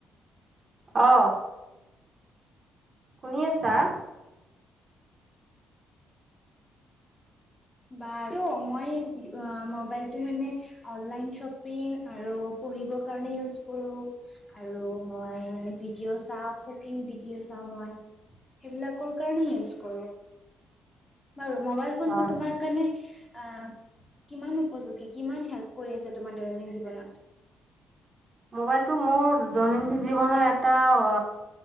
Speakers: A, on the right; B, on the left.
A: অহ? শুনি আছা?
B: বা মই মোবাইলটো মানে অনলাইন শ্বপিং আৰু। পঢ়িবৰ কাৰণে ইউজ কৰোঁ আৰু মই মানে ভিডিঅ' চাওঁ, কুকিং ভিডিঅ' চাওঁ। হেবিলা'কৰ কাৰনে ইওচ কৰো। বাৰু মোবাইল ফোনতটো
A: হয়।
B: তোমাৰ কাৰণে। আহ কিমান উপযোগী কিমান হেল্প কৰি আছে তোমাৰ দৈনন্দিন জীৱনত।
A: মোবাইলটো মোৰ দৈনন্দিন জীৱনৰ এটা অ।